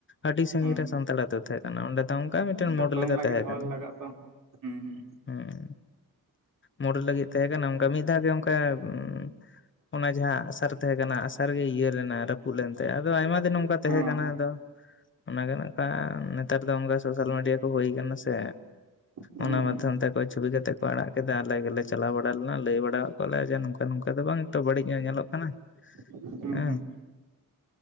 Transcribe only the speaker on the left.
ᱟᱹᱰᱤ ᱥᱟᱺᱜᱤᱧ
ᱨᱮ ᱥᱟᱱᱛᱟᱲ ᱟᱛᱳ ᱛᱟᱦᱮᱸ ᱠᱟᱱᱟ ᱚᱸᱰᱮ ᱚᱱᱠᱟ ᱢᱤᱫᱴᱮᱱ
ᱢᱚᱰᱮᱞ ᱞᱮᱠᱟ
ᱛᱟᱦᱮᱸ
ᱠᱟᱱᱟ᱾
ᱦᱮᱸ ᱢᱚᱲ ᱞᱟᱹᱜᱤᱫ ᱛᱟᱦᱮᱸᱠᱟᱱᱟ ᱚᱱᱠᱟ ᱢᱤᱫ ᱫᱷᱟᱣ ᱜᱮ ᱚᱱᱠᱟ ᱦᱩᱸ ᱚᱱᱟ ᱡᱟᱦᱟᱸ ᱟᱜᱥᱟᱨ ᱛᱟᱦᱮᱸ ᱠᱟᱱᱟ ᱟᱜᱥᱟᱨ ᱜᱮ ᱤᱭᱟᱹ ᱞᱮᱱᱟ ᱨᱟᱹᱯᱩᱫ ᱞᱮᱱ ᱛᱟᱭᱟ ᱟᱫᱚ ᱟᱭ ᱱᱚᱝᱠᱟ ᱛᱟᱦᱮᱸ
ᱠᱟᱱᱟ ᱟᱫᱚ ᱚᱱᱟᱜᱮ ᱱᱚᱝᱠᱟ ᱱᱮᱛᱟᱨ ᱫᱚ ᱱᱝᱠᱟ ᱥᱳᱥᱟᱞ ᱢᱤᱰᱤᱭᱟ ᱛ ᱦᱩᱭ ᱠᱟᱱᱟ ᱥᱮ
ᱚᱱᱟ
ᱢᱟᱫᱽᱫᱷᱚᱢ ᱛᱮ ᱚᱠᱚ ᱪᱷᱚᱵᱤ ᱠᱟᱛᱮ ᱠᱚ ᱟᱲᱟᱜ ᱠᱮᱫᱟ ᱟᱞᱮ ᱜᱮᱞᱮ ᱪᱟᱞᱟᱣ ᱵᱟᱲᱟ ᱞᱮᱱᱟ ᱞᱟᱹᱭ ᱵᱟᱲᱟᱳ ᱠᱚᱣᱟ ᱞᱮᱭᱟ ᱡᱮ ᱱᱚᱝᱠᱟ ᱱᱚᱝᱠᱟ ᱫᱚ ᱵᱟᱝ ᱱᱤᱛᱚ ᱵᱟᱹᱲᱤᱡ ᱧᱚᱜ ᱧᱮᱞᱚᱜ ᱠᱟᱱᱟ
ᱦᱮᱸ